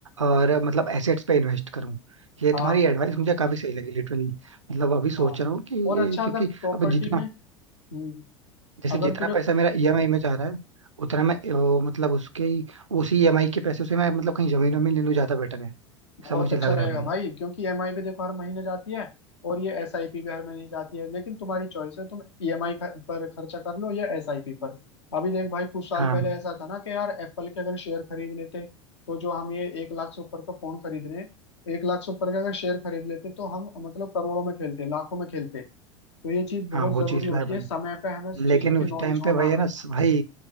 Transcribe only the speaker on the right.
और अ, मतलब एसेट्स पे इन्वेस्ट करूं ये
तुम्हारी एडवाइस मुझे काफी सही लगी लिटरली मतलब अभी सोच
रहा हूँ कि
ये क्योंकि
अब जितना
जैसे
जितना
पैसा मेरा ईएमआई में जा रहा है उतना मैं ओ, मतलब उसके ही- उसी ईएमआई के पैसे से मैं मतलब कहीं जमीन वमीन ले लूँ ज्यादा बेटर है
सब मुझे
लग
रहा है भाई
हाँ
हाँ वो
चीज
तो है भाई
लेकिन
उस
टाइम पे
भाई है ना स- भाई